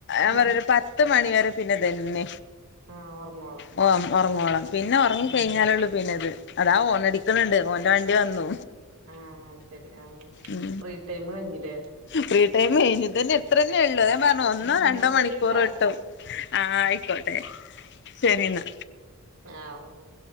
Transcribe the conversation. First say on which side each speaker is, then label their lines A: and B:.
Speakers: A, on the right; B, on the left.
A: ഉം
B: അവറരു പത്ത് പത്ത് മണി വരെ പിന്നെ ഇതന്ന
A: ആഹ് ഒറങ്ങോളം
B: ഓ ഉറങ്ങോളണം പിന്നെ ഉറങ്ങിക്കഴിഞ്ഞാലള്ളൂ
A: ഉം
B: പിന്നെത് അതാ ഓണ അടിക്കുന്നുണ്ട് ഓന്റെ വണ്ടി വന്നു
A: ആഹ് ശരി ആഹ്
B: ഉം
A: ഫ്രീ ടൈം കഴിഞ്ഞില്ലേ
B: ഫ്രീ ടൈം കഴിഞ്ഞ് ഇത് തന്നെ എത്രന്നേ ഉള്ളു ഞാൻ പറഞ്ഞോ ഒന്നോ
A: ഉം
B: രണ്ടോ
A: ന്നാ
B: മണിക്കൂർ
A: ശരി ന്നാ
B: കിട്ടും ആഹ ആയിക്കോട്ടെ ശരി എന്നാ
A: ആഹ ഓക്കെ